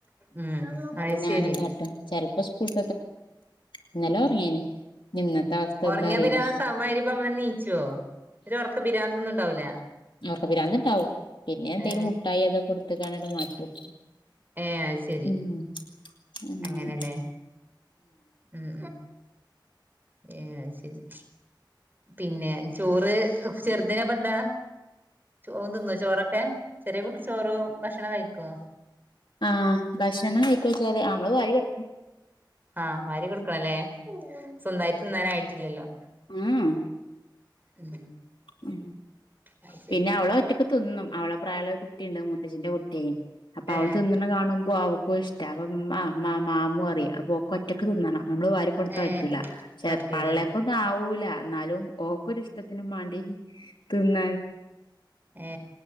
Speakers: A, on the right; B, on the left.
A: ഉം അത്
B: അപ്പോ ഞാന
A: ശരി
B: എന്താട്ടും ചിലപ്പോ സ്കൂളി ഇന്നലെ ഉറങ്ങീന ഇനി ഇന്നത്തെ അവസ്ഥ
A: ഉറങ്ങിയ
B: എന്താ അറിയില്ല
A: പിന്നെ ആ സമമാമാവാതെ അവനെണീക്കുവോ ഇ ഉറക്ക പിരാന്തൊന്നും ഉണ്ടാവൂല
B: അ പിാന്ത്ണ്ടാവും പിന്നെ എന്തെേലും
A: ഏ
B: മുട്ടായി ഒക്കെ കൊടുത്ത്അതങ്ങ് കൊടുത്തങ്ങട്ട് മാറ്റും
A: ഏ അ ശരി
B: ഉം അങ്ങനെ
A: അങ്ങനെല്ലേ ഉം ഏ ശരി പിന്നെ ചോറ് ചെറുതിനിപ്പ എന്താ ചോ തിന്നു ചോറൊക്കെ ചെറിയ കുട്ടിചോറ ഭക്ഷണം കഴിക്കുവോ
B: ആഹ ഭക്ഷണം കഴിക്കച്ച അവമ്മള് വാരി എടുക്കണം
A: ആഹ് വാരി കൊടുക്കണല്ലേ സ്വന്തമായി തിന്നാന ആയിട്ടില്ലല്ലോ
B: ആഹ
A: ഉം
B: ഉ
A: അത് ശരി
B: പിന്നെ അവളോ ഒറ്റക്കെ തിന്നും അവളെ പ്രായം കുട്ടിയുണ്ട്ും മുത്തശ്ശിന്റെ കുട്ടിയ അപ്പൊ
A: ഏ
B: അവൾ തിന്നുന്ന കാണുമ്പോ ആ ഇഷ്ട അപ്പം മാമൂ അറിയാം അപ്പൊ ഒറ്റക്ക് തിന്നണം നമ്മള് വാ കൊടുത്താൻ
A: ഏ
B: പറ്റൂല പക്ഷെ
A: പറ്റൂല
B: പള്ളയക്കൊന്നും ആവൂല എന്നാലും ഓക്കൊരഷ്ടത്തിനും മ തിന്ന
A: ഏ